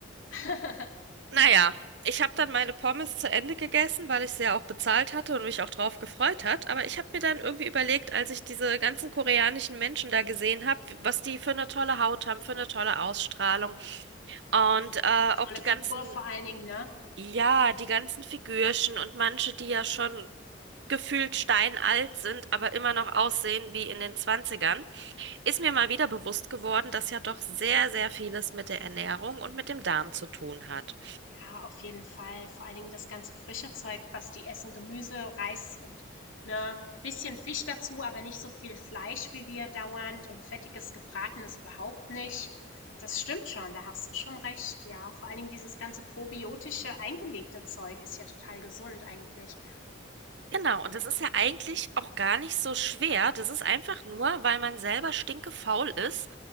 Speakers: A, on the left; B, on the right.
A: <laughs>
B: Naja, ich habe dann meine
A: Und
B: Pommes zu Ende gegessen, weil ich sie ja auch bezahlt hatte und mich auch drauf gefreut hat. Aber ich habe mir dann irgendwie überlegt, als ich diese ganzen koreanischen Menschen da gesehen habe, was die für eine tolle Haut haben, für eine tolle Ausstrahlung und äh,
A: Tolle
B: auch die
A: Figur
B: ganzen.
A: vor allen Dingen, ne?
B: Ja, die ganzen Figürchen und manche, die ja schon gefühlt steinalt sind, aber immer noch aussehen wie in den Zwanzigern, ist mir mal wieder bewusst geworden, dass ja doch sehr, sehr vieles mit der Ernährung und mit dem Darm zu tun hat.
A: Ja, auf jeden Fall. Vor allen Dingen das ganze frische Zeug, was die essen. Gemüse, Reis und ne, bisschen Fisch dazu, aber nicht so viel Fleisch wie wir dauernd und fettiges Gebratenes überhaupt nicht. Das stimmt schon, da hast du schon recht, ja. Vor allen Dingen dieses ganze probiotische eingelegte Zeug ist ja total gesund eigentlich.
B: Genau, und das ist ja eigentlich auch gar nicht so schwer. Das ist einfach nur, weil man selber stinkefaul ist